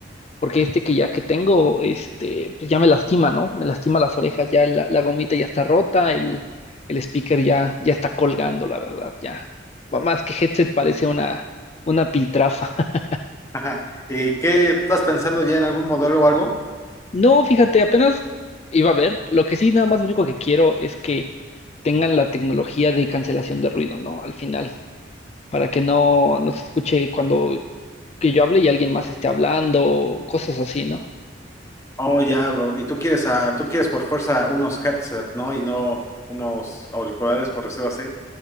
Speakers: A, on the left; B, on the left.
A: porque este que ya que tengo, este, pues ya me lastima, ¿no? Me lastima las orejas, ya la, la gomita ya está rota, el, el speaker ya, ya está colgando, la verdad, ya. Más que headset parece una, una piltrafa. <laughs>
B: <laughs> Ajá. ¿Y qué estás pensando ya en algún modelo o algo?
A: No, fíjate, apenas iba a ver. Lo que sí, nada más lo único que quiero es que tengan la tecnología de cancelación de ruido, ¿no? Al final, para que no, no se escuche cuando que yo hable y alguien más esté hablando, cosas así, ¿no?
B: Oh, ya, bro. Y tú quieres a, tú quieres por fuerza unos headset, ¿no? Y no unos auriculares, por decirlo así.